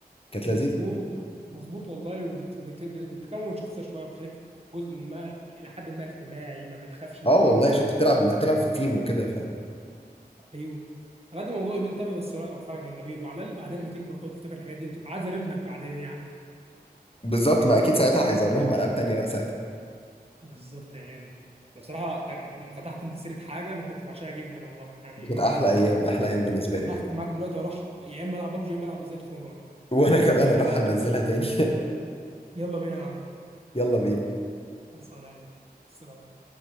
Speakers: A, on the left; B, on the right.
A: كانت
B: مظبوط
A: لذيذة
B: مظبوط والله وبتكون شخصيه شويه بتخليك جزء من ما الى حد ما اجتماعي ما بتخافش انت
A: اه
B: تتعامل
A: والله
B: مع
A: عشان انت بتلعب انت بتلعب في تيم وكده ف
B: ايوه على قد الموضوع يبان تافه بس هو فعلا كان جميل وعلى الاقل بعدين لما تكبر تقعد تفتكر الحاجات دي وتبقى عازر ابنك بعدين يعني
A: بالظبط ما اكيد ساعتها هيظهر لهم العاب تانية بقى ساعتها
B: بالظبط يا غالي بصراحه ت- فتحت انت سيره حاجه انا كنت بعشقها جدا والله يعني
A: كانت احلى ايام احلى ايام بالنسبة
B: <laughs>
A: لي بجد
B: هقفل معاك دلوقتي واروح يا اما العب ببجي يا اما العب ازاي تخنجار
A: وانا كمان اروح انزلها تاني
B: يلا بينا يا عم
A: <laughs> يلا بينا
B: خلصانه يا غالي السلام